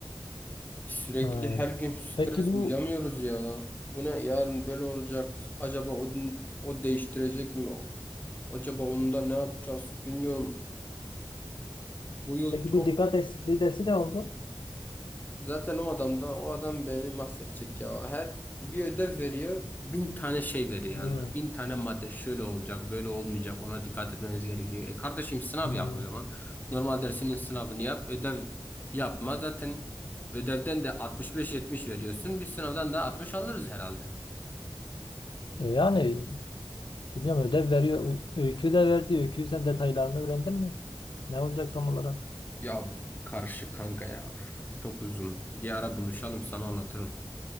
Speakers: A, on the left; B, on the left.
A: Sürekli
B: Ha.
A: her gün stres
B: Peki bu
A: uyuyamıyoruz ya. Bu ne yarın böyle olacak. Acaba o, o değiştirecek mi? Acaba onu da ne yapacağız bilmiyorum. Bu yıl
B: Peki
A: çok
B: bu dikkat eksikliği dersi ne oldu?
A: Zaten o adam da o adam beni mahvedecek ya. Her bir ödev veriyor. Bin tane şey veriyor
B: hmm,
A: yanında. Bin tane madde şöyle olacak böyle olmayacak ona dikkat etmeniz gerekiyor. E kardeşim sınav
B: hmm.
A: yap o zaman. Normal dersinin sınavını yap ödev yapma. Zaten ödevden de 65-70 veriyorsun. Biz sınavdan da 60 alırız herhalde.
B: E yani bilmiyorum ödev veriyor. Ö- Öykü de verdi. Öykü sen detaylarını öğrendin mi? Ne olacak tam olarak?
A: Ya karışık kanka ya. Of, çok uzun. Bir ara buluşalım sana anlatırım.